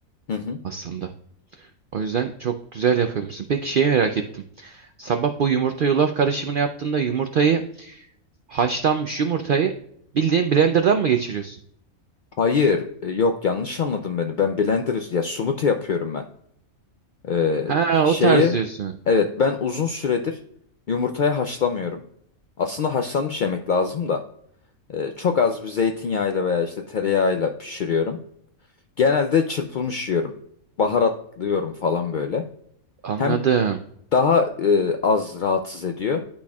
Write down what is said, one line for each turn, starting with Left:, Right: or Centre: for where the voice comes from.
Left: Hı hı.
Right: aslında. O yüzden çok güzel yapıyormuşsun. Peki şeyi merak ettim. Sabah bu yumurta yulaf karışımını yaptığında yumurtayı haşlanmış yumurtayı bildiğin blenderdan mı geçiriyorsun?
Left: Hayır, e, yok yanlış anladın beni. Ben blender üst- ya smoothie yapıyorum ben. E,
Right: Ha
Left: şeyi
Right: o tarz diyorsun.
Left: evet ben uzun süredir yumurtaya haşlamıyorum. Aslında haşlanmış yemek lazım da e, çok az bir zeytinyağıyla veya işte tereyağıyla pişiriyorum. Genelde çırpılmış yiyorum. Baharatlıyorum falan böyle.
Right: Anladım.
Left: Hem daha e, az rahatsız ediyor.